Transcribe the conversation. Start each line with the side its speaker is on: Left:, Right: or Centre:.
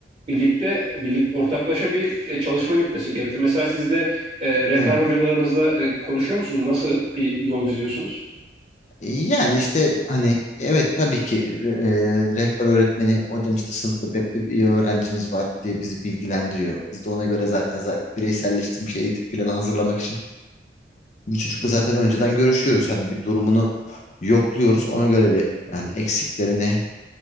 Right: birlikte birlik ortaklaşa bir e, çalışma yürütmesi gerekiyor. Mesela sizde e, rehber
Left: Evet.
Right: hocalarınızla e, konuşuyor musunuz? Nasıl bir yol izliyorsunuz?
Left: E, Yani işte hani evet tabii ki e, rehber öğretmeni hocam işte sınıfta BEP'li bir bir öğrencimiz var diye bizi bilgilendiriyor. Biz de ona göre zaten zaten bireyselleştirilmiş eğitim planı hazırlamak için bu çocukla zaten önceden görüşüyoruz. Hani bir durumunu yokluyoruz. Ona göre bir yani eksiklerini